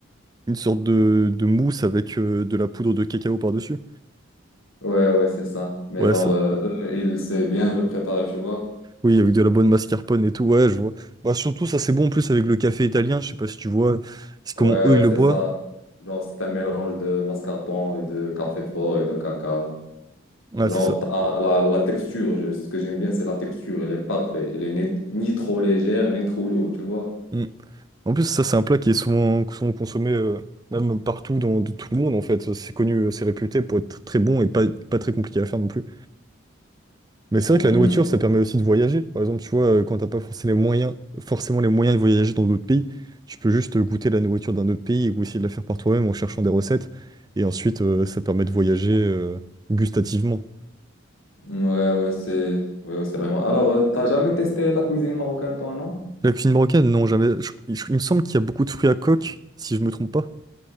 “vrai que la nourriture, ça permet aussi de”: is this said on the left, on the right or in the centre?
Right